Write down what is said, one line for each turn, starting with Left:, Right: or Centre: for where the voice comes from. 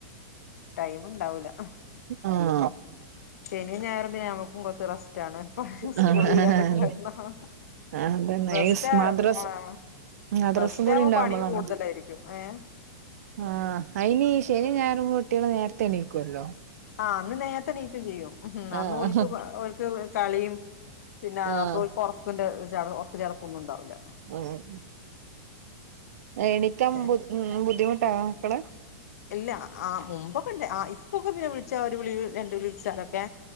Left: ടൈമ് ഇണ്ടാവൂല
Right: ആഹ്
Left: ശെനിം ഞായറും പിന്നമ്മക് മ്മക്ക് റസ്റ്റാണ് സ്കൂളില്ലാത്ത
Right: ആഹ്
Left: കാരണം.
Right: അതന്നെ
Left: റസ്റ്റായ്
Right: ഈ മദ്രസ്
Left: ആഹ്
Right: മദ്രസും
Left: റസ്റ്റാവുമ്പോ
Right: കൂടി ഉണ്ടാവുമ്പോളാണ്
Left: പണിയും കൂടുതലായിരിക്കും ഏഹ്
Right: ആഹ് അയ്നീ ശെനിം ഞായറും കുട്ട്യാൾ നേരത്തെണീക്കൊ ല്ലോ.
Left: ആഹ് അന്ന് നേര്ത്തെ നീക്കും ചെയ്യും ഉം
Right: ആഹ്
Left: അന്നൊൽക്ക് ഓൽക്ക് കളിയും. പിന്നാ
Right: ആഹ്
Left: അപ്പോൽക്ക് ഒർക്കിൻ്റെ ചട ഒർക്ക് ചടപ്പൊന്നും ണ്ടാവുല്ല.
Right: ഉം ആഹ് എണീക്കാൻ
Left: പിന്നെ
Right: ബു ബുദ്ധിമുട്ടാ മക്കള്
Left: ഇല്ലാ ആഹ് മുമ്പൊക്കെ ണ്ട് ആഹ് ഇപ്പൊക്കെ പിന്നെ വിളിച്ചാ ഒരു വിളി രണ്ടു വിളി വിളിച്ചാലൊക്കെ.